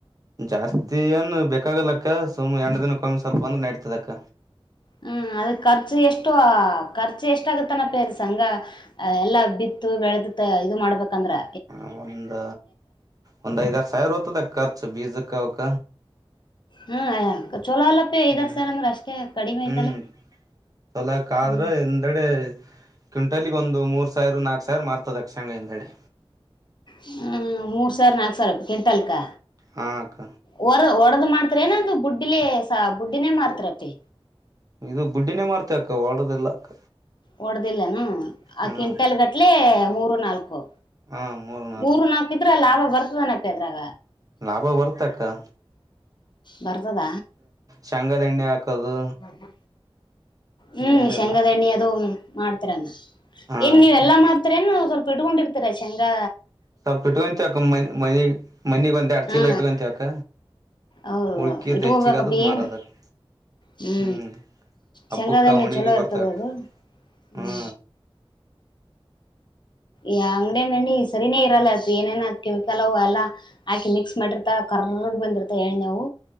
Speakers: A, on the right (about 40°); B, on the left (about 50°).
A: ಜಾಸ್ತ ನ್ ಬೇಕಾಗಲ್ಲಕ್ಕ ಸುಮ್ ಎಂಡ ದಿನ ಕಮ್ಮಿ ಸ್ವಲ್ಪ ಅಂದ್ರ ನಡ್ತದಕ್ಕ
B: ಹ್ಮ್ ಅದ ಖರ್ಚು ಎಷ್ಟೋ ಖರ್ಚು ಎಷ್ಟಗತ್ತನ ಪೇ ಸಂಘ ಅ ಎಲ್ಲಾ ಬಿತ್ತು ಬೆಳೆದು ಇದು ಮಾಡ್ಬೇಕಂದ್ರೆ
A: ಹ ಒಂದ ಒಂದ್ ಐದಾರ ಸಾವಿರ ಹೋರಾಡ ಖರ್ಚು ಬೀಜಕ್ ಅವಕ್ಕ
B: ಹಾಂ ಆ ಚೊಲಲ್ಲ ಐದಾಗ
A: ಹ್ಮ್
B: ಸರ್ ಅಂದ್ರೆ ಅಷ್ಟೇ ಕಡಿಮೆ ಆಐ್ತಲ್ಲ
A: ಹ್ಮ್ ಚೊಲೋಕ್ಕ
B: ಹ್ಮ
A: ಆದ್ರ ಹಿಂದೆಡೆ ಕ್ವಿಂಟಲ್ಗ ಒಂದು ಮೂರ್ ಸಾವಿರ ನಾಕ್ ಸಾವಿರ ಮಾರ್ತದ ತಕ್ಷಂಗ ಎಂದಡೆ
B: ಹ್ಮ್ ಮೂರ್ ಸಾವರ ನಾಕ್ ಸಾವಿರ ಕ್ವಿಟಾಲ್ಕಾ
A: ಹಾಕ
B: ಒರ್ದ ವಡ್ರು ಒಡದ್ ಮಾಡ್ತರೇನ ಅದು ಬುಡ್ಲ ಬುಡ್ಡಿನೇ ಮಾಡ್ತಾರಪ್ಪಿ
A: ಇದು ಬುಡ್ಡಿನೇ ಮಾಡ್ತೆ ಅಕ್ಕ ಒಡದಿಲ್ಲ ಅಕ್ಕ
B: ಹೊಡ್ದಿಲ್ಲನ ಆ
A: ಹಾ
B: ಕ್ವಿಂಟಲ್
A: ಅಕ್ಕ
B: ಗಟ್ಲೆ ಮೂರು ನಾಲ್ಕು
A: ಹಾ ಮೂರು ನಾಲ್ಕು
B: ಮೂರ್ ನಾಲ್ಕ ಇದ್ರೆ ಲಾಭ ಬರ್ತದನತ್ತೆ ಅದ್ರಾಗ
A: ಲಾಭ ಬರ್ತಾಕ್ಕ
B: ಭರ್ತದ
A: ಶಂಗದಣ್ಣೆ ಹಾಕೋದು
B: ಅದು ಹ್ಮ್
A: ಹಿಂದೆಡೆ
B: ಶೇಂಗದಣ್ಣಿ
A: ಎಲ್ಲ
B: ಅದು ಮಾಡ್ತರಾನ
A: ಹಾ
B: ಏನ್ ನೀವೆಲ್ಲಾ
A: ಅಕ್ಕ
B: ಮಾಡ್ತ ನು ಸ್ವಲ್ಪ ಇಡ್ಕೊಂಡಿರ್ತಾರೆ ಸೇಂಗಾ
A: ಸ್ವಲ್ಪ ಇಟ್ಕೊಂತ ಅಕ್ಕ ಮಿ ಮನಿಗ್ ಮನಿಗ್ ಒಂದ್ ಅಡ್ಚೀಲ
B: ಹಾ
A: ಇಟ್ಕೊಂತ ಅಕ್ಕ
B: ಹೌದು
A: ಉಳ್ಕಿದ್
B: ಇಟ್ಕೋಬೇಕಪ್ಪ
A: ಹೆಚ್ಚಿಗದದ್ ಮಾರದಕ್ಕ
B: ಏನ್ ಹ್ಞೂ
A: ಹ್ಮ್ ಹಬ್ಬಕ್ಕ
B: ಶಂಗಾದ ಎಣ್ಣೆ
A: ಉಣಿಗಿ
B: ಚಲೋ ಇರ್ತದ
A: ಬರ್ತಕ್ಕ
B: ಅದು ಹ್ಞೂ
A: ಹ್ಮ
B: ಯ ಅಂಗಡ ನ ಸರಿನೇ ಇರಲ್ಲ ಆಯತು ಏನೇನ ಕೆಮಿಕಲ್ ಅವ ಅಲ್ಲಾ ಆಾಕೆ ಮಿಕ್ಸ್ ಮಾಡಿರ್ತಾ ಕರಗ್ ಬಂದಿರ್ತ ಏಣ ನವು